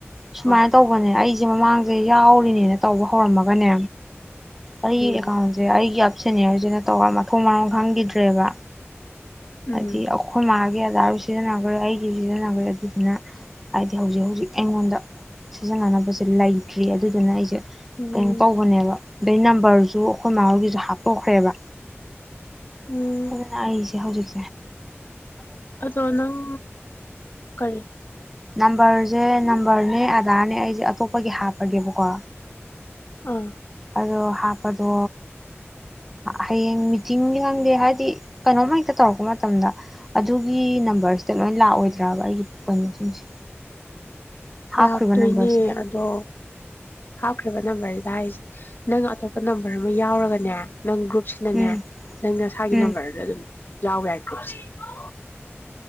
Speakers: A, in the centre; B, on the left (about 50°).
A: ꯁꯨꯃꯥꯏꯅ
B: ꯍꯣꯏ
A: ꯇꯧꯕꯅꯦ ꯑꯩꯁꯦ ꯁꯤꯁꯦ ꯃꯃꯥꯡꯁꯦ ꯌꯥꯎꯔꯤꯅꯦꯅ ꯇꯧꯕ ꯍꯧꯔꯝꯃꯒꯅꯦ ꯑꯩ
B: ꯎꯝ
A: ꯀꯥꯎꯁꯦ ꯑꯩꯒꯤ ꯁꯦꯅꯤꯌꯔꯁꯤꯅ ꯇꯧꯔꯒ ꯃꯊꯣꯡ ꯃꯔꯣꯡ ꯈꯪꯈꯤꯗ꯭ꯔꯦꯕ
B: ꯎꯝ
A: ꯖꯤ ꯑꯣꯈꯣꯏꯝꯒ ꯑꯣꯖꯥꯁꯨ ꯁꯤꯖꯤꯟꯅꯈ꯭ꯔꯦ ꯑꯩꯒꯤꯁꯨ ꯁꯤꯖꯤꯟꯅꯈ꯭ꯔꯦ ꯑꯗꯨꯗꯨꯅ ꯍꯥꯏꯗꯤ ꯍꯧꯖꯤꯛ ꯍꯧꯖꯤꯛ ꯑꯩꯉꯣꯟꯗ ꯁꯤꯖꯤꯟꯅꯅꯕꯁꯦ ꯂꯩꯇ꯭ꯔꯤ ꯑꯗꯨꯗꯨꯅ ꯑꯩꯁꯦ
B: ꯎꯝ
A: ꯀꯩꯅ ꯇꯧꯕꯅꯦꯕ ꯑꯩ ꯅꯝꯕꯔ ꯑꯗꯨꯨ ꯑꯩꯈꯣꯏ ꯅꯍꯔꯒꯤꯁꯨ ꯍꯥꯞꯄꯣꯛꯈ꯭ꯔꯦꯕ
B: ꯎꯝ
A: <unintelligible> ꯍꯧꯖꯤꯛ
B: ꯑꯗꯣꯅꯪ ꯀꯦ
A: ꯅꯝꯕꯔꯁꯦ ꯅꯝꯕꯔꯅꯦ ꯑꯙꯔꯅꯦ ꯑꯩꯁꯦ ꯑꯇꯣꯞꯄꯒꯤ ꯍꯥꯞꯄꯒꯦꯕꯀꯣ
B: ꯑꯥ
A: ꯑꯗꯣ ꯍꯥꯞꯄꯗꯣ ꯍꯌꯦꯡ ꯃꯤꯇꯤꯡꯗꯤ ꯈꯪꯗꯦ ꯍꯥꯏꯗꯤ ꯀꯩꯅꯣꯝꯃ ꯍꯦꯛꯇ ꯇꯧꯔꯛꯄ ꯃꯇꯝꯗ ꯑꯗꯨꯒꯤ ꯅꯝꯕꯔꯁꯤꯗ ꯂꯣꯏ ꯂꯥꯛꯑꯣꯏꯗ꯭ꯔꯕ ꯑꯩꯒꯤ ꯀꯩꯅꯣꯁꯤꯡꯁꯦ ꯍꯥꯞꯈ꯭ꯔꯤꯕ
B: ꯂꯥꯛꯇꯣꯏꯅꯦ
A: ꯅꯝꯕꯔꯁꯤꯗ
B: ꯑꯗꯣ ꯍꯥꯞꯈ꯭ꯔꯤꯕ ꯅꯝꯕꯔꯁꯤꯗ ꯍꯥꯏꯔꯤꯁꯦ ꯅꯪ ꯑꯇꯣꯞꯄ ꯅꯝꯕꯔ ꯑꯃ ꯌꯥꯎꯔꯒꯅꯦ ꯅꯪ ꯒ꯭ꯔꯨꯞꯁꯤꯅꯅꯦ
A: ꯎꯝ
B: ꯅꯪ ꯅꯁꯥꯒꯤ
A: ꯎꯝ
B: ꯅꯝꯕꯔꯗ ꯑꯗꯨꯝ ꯌꯥꯎꯋꯦꯏ ꯒ꯭ꯔꯨꯞꯁꯦ <unintelligible>